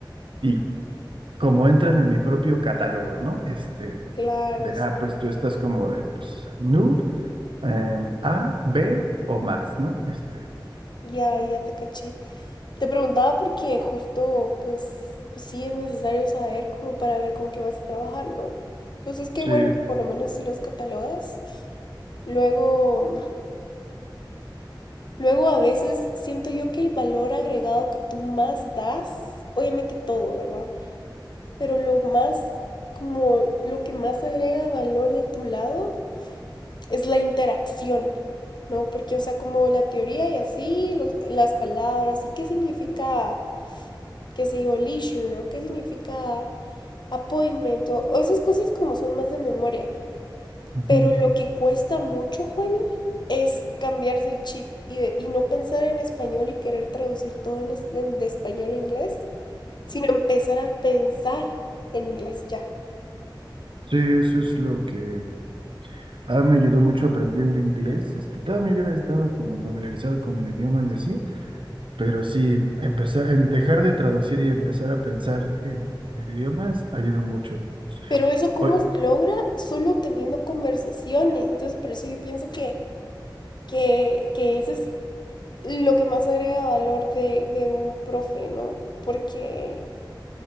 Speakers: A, on the right (about 80°); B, on the left (about 60°).
A: y cómo entran en mi propio catálogo, ¿no? Este,
B: Claro,
A: de,
B: sí.
A: ah, pues tú estás como de, pues, noob, eh, A, B o más, ¿no? Este,
B: Ya, ya te caché. Te preguntaba porque justo, pues, pues sí es necesario saber como para ver con qué vas a trabajar, ¿no? Entonces, qué
A: sí.
B: bueno que por lo menos si los catalogas. Luego, luego a veces siento yo que el valor agregado que tú más das, obviamente todo, ¿verdad? Pero lo más, como lo que más agrega valor de tu lado es la interacción, ¿no? Porque, o sea, como la teoría y así, los- las palabras, y qué significa, qué sé yo, leisure, o qué significa appointment, o o esas cosas como son más de memoria.
A: ujú.
B: Pero lo que cuesta mucho, Juani, es cambiarse el chip y, de- y no pensar en español y querer traducir todo en es- en- de español a inglés, sino empezar a pensar en inglés ya.
A: Sí, eso es lo que ah, me ayudó mucho aprendiendo inglés. Este, toda mi vida he estado como familiarizado con el idioma y así, Pero sí, empezar, el dejar de traducir y empezar a pensar en, en el idioma ayuda mucho.
B: Pero eso cómo
A: Oye,
B: se logra solo teniendo conversaciones. Entonces, por eso yo pienso que, que, que ese es lo que más agrega valor de, de un profe, ¿no? Porque,